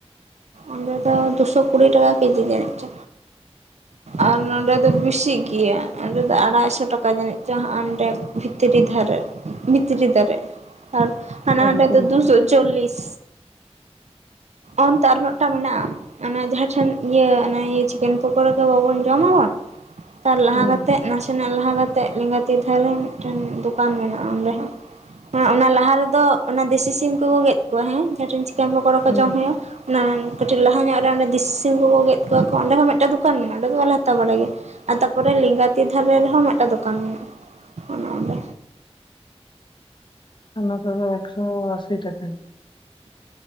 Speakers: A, on the right; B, on the left.
A: ᱚᱸᱰᱮ ᱫᱚ ᱫᱩᱥᱚ ᱠᱩᱲᱤ ᱴᱟᱠᱟ ᱠᱮᱡᱤ ᱡᱟᱹᱱᱤᱡ ᱪᱚ᱾ ᱟᱨ ᱱᱚᱰᱮ ᱫᱚ ᱵᱮᱥᱤ ᱜᱮᱭᱟ ᱚᱸᱰᱮ ᱫᱚ ᱟᱲᱟᱭᱥᱚ ᱴᱟᱠᱟ ᱡᱟᱹᱱᱤᱡ ᱪᱚᱸ ᱦᱟᱸᱜ ᱚᱱᱰᱮ ᱵᱷᱤᱛᱨᱤ ᱫᱷᱟᱨᱮ ᱵᱷᱤᱛᱨᱤ ᱫᱷᱟᱨᱮ ᱟᱨ ᱦᱟᱱᱮ
B: ᱚᱠᱟ
A: ᱦᱟᱸᱰᱮ
B: ᱵᱷᱤᱛᱨᱤ
A: ᱫᱚ
B: ᱠᱚᱨᱮ
A: ᱫᱩᱥᱚᱼᱼ ᱪᱚᱞᱞᱤᱥ᱾ ᱚᱱᱛᱮ ᱟᱨ ᱢᱤᱫᱴᱟᱝ ᱢᱮᱱᱟᱜ-ᱟ, ᱚᱱᱟ ᱡᱟᱦᱟᱸ ᱴᱷᱮᱱ ᱤᱭᱟᱹ ᱚᱱᱟᱹ ᱪᱤᱠᱮᱱ ᱯᱚᱠᱚᱲᱟ ᱟᱫᱚ ᱵᱟᱵᱚᱱ ᱡᱚᱢᱟᱵᱚᱱ ᱛᱟᱨ ᱞᱟᱦᱟ
B: ᱦᱩᱸ
A: ᱠᱟᱛᱮᱜ ᱱᱟ ᱥᱮᱱᱟᱜ ᱞᱟᱦᱟ ᱠᱟᱛᱮᱜ ᱞᱮᱸᱜᱟᱛᱤ ᱫᱷᱟᱨᱮ ᱢᱤᱫᱴᱮᱱ ᱫᱚᱠᱟᱱ ᱢᱮᱱᱟᱜ-ᱟ ᱚᱸᱰᱮ ᱦᱚᱸ᱾ ᱚᱱᱟ ᱞᱟᱦᱟ ᱨᱮᱫᱚ ᱚᱱᱟ ᱫᱮᱥᱤ ᱥᱤᱢ ᱠᱚᱠᱚ ᱜᱮᱫ ᱠᱚᱣᱟ ᱦᱮᱸ ᱡᱟᱸᱦᱟᱴᱷᱮᱱ ᱪᱤᱠᱮᱱ ᱯᱚᱠᱚᱲᱟ ᱠᱚ
B: ᱦᱩᱸ
A: ᱡᱚᱢ ᱦᱩᱭᱩᱜ-ᱟ, ᱚᱱᱟ ᱠᱟᱹᱴᱤᱡ ᱞᱟᱦᱟ ᱧᱚᱜ ᱨᱮ ᱚᱸᱰᱮ ᱫᱮᱥᱤ ᱥᱤᱢ ᱠᱚᱠᱚ ᱜᱮᱫ ᱠᱚᱣᱟ ᱚᱸᱰᱮ ᱦᱚᱸ ᱢᱤᱫᱴᱟᱝ ᱫᱚ ᱫᱚᱠᱟᱱ ᱢᱮᱱᱟᱜᱼᱟ ᱚᱸᱰᱮ ᱫᱚ ᱵᱟᱞᱮ ᱦᱟᱛᱟᱣ ᱵᱟᱲᱟᱭ ᱜᱮᱭᱟ ᱟᱨ ᱛᱟᱯᱚᱨᱮ ᱞᱮᱸᱜᱟᱛᱤ ᱫᱷᱟᱨᱮ ᱨᱮᱦᱚᱸ ᱢᱤᱫᱴᱟᱝ ᱫᱚᱠᱟᱱ ᱢᱮᱱᱟᱜ-ᱟ᱾ ᱚᱱᱟ ᱚᱸᱰᱮ᱾
B: ᱱᱚᱛᱮᱫᱚ ᱮᱠᱥᱚ ᱟᱥᱤ ᱴᱟᱠᱟ᱾